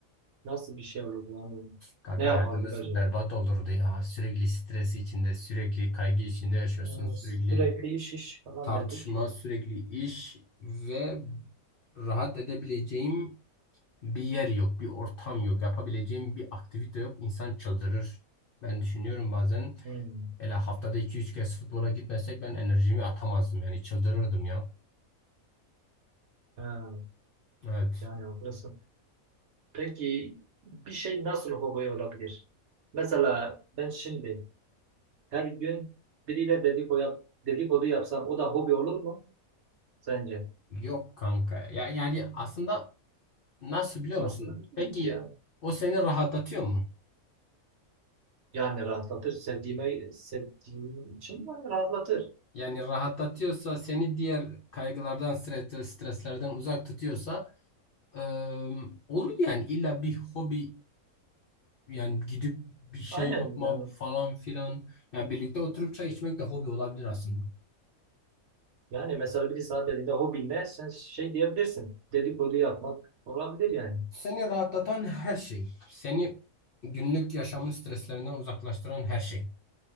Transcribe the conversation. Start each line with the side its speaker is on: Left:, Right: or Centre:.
Right: nasıl bir şey olurdu? Yani
Left: Kanka
Right: ne yapardık
Left: hayatımız
Right: acaba?
Left: berbat olurdu ya. Sürekli stres içinde, sürekli kaygı içinde yaşıyorsun.
Right: Ee,
Left: Sürekli
Right: sürekli iş iş falan
Left: tartışma,
Right: derdik.
Left: sürekli iş ve rahat edebileceğim bir yer yok, bir ortam yok. Yapabileceğim bir aktivite yok. İnsan çıldırır. Ben düşünüyorum bazen
Right: Hmm.
Left: hele haftada iki üç kez futbola gitmesek ben enerjimi atamazdım. Yani çıldırırdım ya.
Right: Ha,
Left: Evet.
Right: yani haklısın. Peki bir şey nasıl hobi olabilir? Mesela ben şimdi her gün biriyle dedikodu, yap, dedikodu yapsam o da hobi olur mu sence?
Left: Yok kanka. Ya, yani aslında nasıl biliyor
Right: Aslında
Left: musun?
Right: bilmiyorum
Left: Peki
Right: ki yani.
Left: o seni rahatlatıyor mu?
Right: Yani rahatlatır. Sevdiğime, sevdiğim için yani rahatlatır.
Left: Yani rahatlatıyorsa seni diğer kaygılardan, stre- streslerden uzak tutuyorsa eee, olur yani illa bir hobi yani gidip bir şey
Right: Aynen
Left: yapma
Right: yani.
Left: falan filan. Yani birlikte oturup çay içmek de hobi olabilir aslında.
Right: Yani mesela biri sana dediğinde hobin ne? Sen şey diyebilirsin. Dedikodu yapmak olabilir yani.
Left: Seni rahatlatan her şey, seni günlük yaşamın streslerinden uzaklaştıran her şey